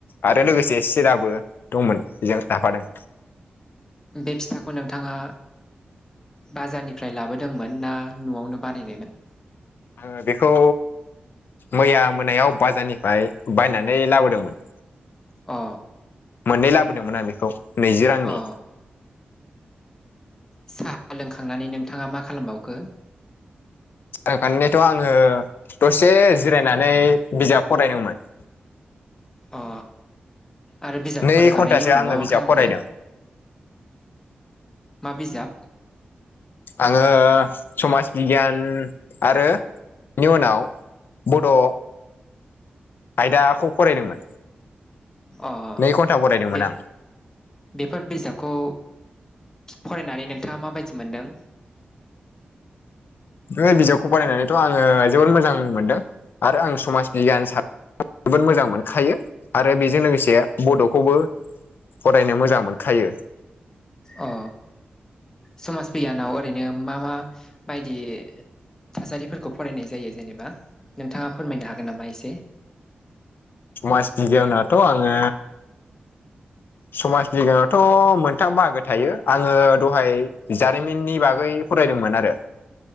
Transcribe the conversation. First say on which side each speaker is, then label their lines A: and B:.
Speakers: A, on the left (about 70°); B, on the left (about 15°).
A: आरो लोगोसे सिराबो दंमोन बेजों जाफादों।
B: बे फिथाखौ नोंथाङा बाजारनिफ्राय लाबोदोंमोन ना न'आवनो बानायनायमोन?
A: ओ बेखौ मैया मोनायाव बाजारनिफ्राय बायनानै लाबोदोंमोन
B: अ
A: मोननै लाबोदोंमोन आं बेखौ नैजि रांनि
B: अ साहा लोंखांनानै नोंथाङा मा खालामबावखो?
A: ओखनोथ' आङो दसे जिरायनानै बिजाब फरायदोंमोन
B: अ आरो बिजाब
A: नै
B: फरायखांनायनि
A: घन्टासो
B: उनाव
A: आङो
B: मा मा
A: बिजाब
B: खालामखो?
A: फरायदों
B: माबिजाब?
A: आङो समाज बिगियान आरो इनिउनाव बड' आयदाखौ फरायदोंमोन
B: अ
A: नै घन्टा फरायदोंमोन
B: दे
A: आं
B: बेफोर बिजाबखौ फरायनानै नोंथाङा माबायदि मोनदों?
A: ओ बिजाबखौ फरायनानैथ' आङो जोबोद मोजां मोनदों आरो आं समाज बिगियान जोबोद मोजां मोनखायो आरो बेजों लोगोसे बड'खौबो फरायनो मोजां मोनखायो
B: अ समाज बिगियानाव ओरैनो मा मा बायदि थासारिफोरखौ फरायनाय जायो जेनेबा नोंथाङा फोरमायनो हागोन नामा एसे।
A: समास बिगियानाथ' आङो समाज बिगियानावथ' मोनथाम बाहागो थायो आङो दहाय जारिमिननि बागै फरायदोंमोन आरो